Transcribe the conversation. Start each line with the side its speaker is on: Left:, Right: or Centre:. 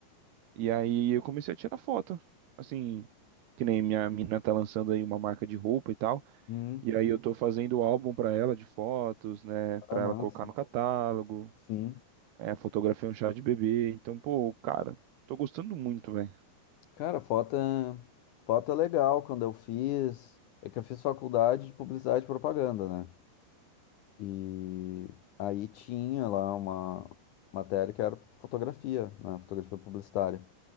Right: E aí eu comecei a tirar foto. Assim, que nem minha mina tá lançando aí uma marca de roupa e tal.
Left: Hum,
Right: E aí eu tô fazendo o álbum pra ela de fotos, né? Pra
Left: é massa.
Right: ela colocar no catálogo.
Left: Sim.
Right: É, fotografia é um chá de bebê. Então, pô, cara, tô gostando muito, velho.
Left: Cara, foto, é- foto é legal quando eu fiz, é que eu fiz faculdade de publicidade e propaganda, né? E aí tinha lá uma matéria que era fotografia, né? Fotografia publicitária.